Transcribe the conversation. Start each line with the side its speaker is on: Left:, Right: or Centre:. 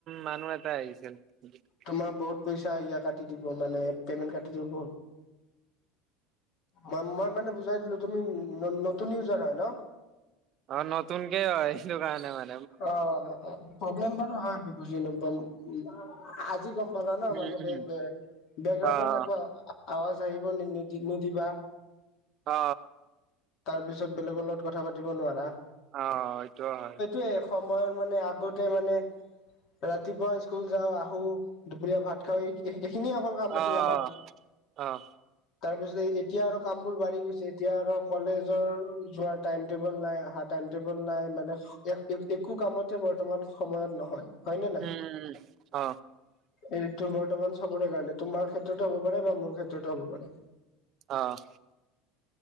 Right: মানুহ এটা আহিছে। <unintelligible>
Left: তোমাৰ বহুত পইচা কাটি দিব মানে পেমেণ্ট কাটি দিব। ম মই মানে বুজাই দিলোঁ তুমি নতুন ইউজাৰ হয় ন
Right: অ নতুনক আহিছো কাৰণে ইমাত
Left: অ প্ৰব্লেম বাৰো হয় <unintelligible> আজি গম পালো ন
Right: উম
Left: মানে
Right: উম
Left: বেকগ্ৰাউণ্ডত
Right: অ'
Left: একো আৱাজ এইবোৰ নি নিদি নিদিবা
Right: অ
Left: তাৰ পিছত বেলেগৰ লগত কথা পাতিব নোৱাৰা।
Right: অ এটো হয়
Left: এসময় মানে আগতে মানে ৰাতিপুৱা স্কুল যাওঁ আহো দুপৰীয়া ভাত খাই। এইখিনিয়ে অকল কাম
Right: অ'
Left: আছিল আমাৰ
Right: অ'
Left: তাৰ পিছত এতিয়া আৰু কামবোৰ বাঢ়ি গৈছে এতিয়া আৰু কলেজৰ যোৱাৰ টাইম টেবুল নাই অহা টাইম টেবল নাই মানে এক। একো কামতে বৰ্তমান সময়ত নহয়। হয় নে নাই
Right: উম উ অ।
Left: এইটো বৰ্তমান চবৰে কাৰণে তোমাৰ ক্ষেত্ৰতো হ'ব পাৰে বা মোৰ ক্ষেত্ৰতো হ'ব পাৰে।
Right: অহ।